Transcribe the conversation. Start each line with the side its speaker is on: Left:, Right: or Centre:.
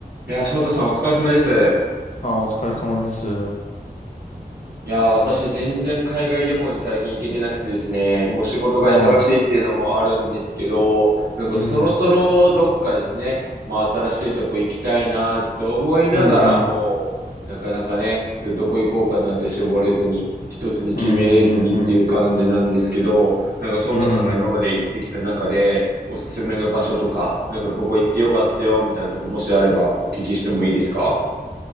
Right: いやー、翔太さんお疲れ様です。
Left: あ、お疲れ様です。
Right: いやー、私全然海外旅行に最近行けてなくてですね、もう仕事が忙しいっていうのもあるんですけど、
Left: はい。
Right: なんかそろそろどっかですね、
Left: うん。
Right: まあ新しいとこ行きたいなと思いながらも、
Left: うんうん。
Right: なかなかね、どこ行こうかなって絞れずに、一つに決めれずにっていう感じなんですけど、
Left: うんうんうん。
Right: なんか翔太さんが今まで行ってきた中で、
Left: うん。
Right: おすすめの場所とか、なんかここ行ってよかったよみたいなとこもしあればお聞きしてもいいですか